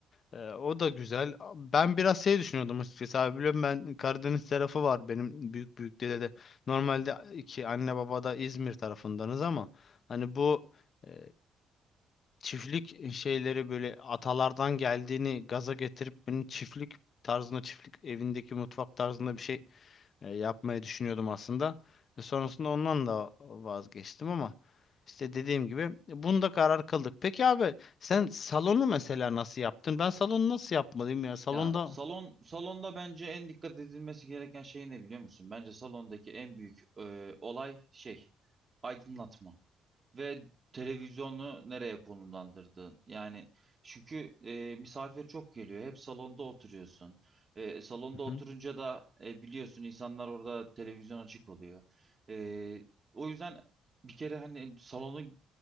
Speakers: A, on the left; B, on the right.
A: Eee, o da güzel. Ben biraz şey düşünüyordum açıkçası abi. Biliyorum ben Karadeniz tarafı var benim büyük büyük dede de. Normalde iki anne baba da İzmir tarafındanız ama hani bu e, çiftlik şeyleri böyle atalardan geldiğini gaza getirip benim çiftlik tarzında çiftlik evindeki mutfak tarzında bir şey e, yapmayı düşünüyordum aslında. E, sonrasında ondan da vazgeçtim ama işte dediğim gibi bunda karar kıldık. Peki abi sen salonu mesela nasıl yaptın? Ben salonu nasıl yapmalıyım ya? Salonda
B: Ya salon salonda bence en dikkat edilmesi gereken şey ne biliyor musun? Bence salondaki en büyük e, olay şey aydınlatma ve televizyonu nereye konumlandırdığın. Yani çünkü e, misafir çok geliyor. Hep salonda oturuyorsun. E, salonda
A: Hı
B: oturunca
A: hı.
B: da e, biliyorsun insanlar orada televizyon açık oluyor. E, o yüzden bir kere hani salonun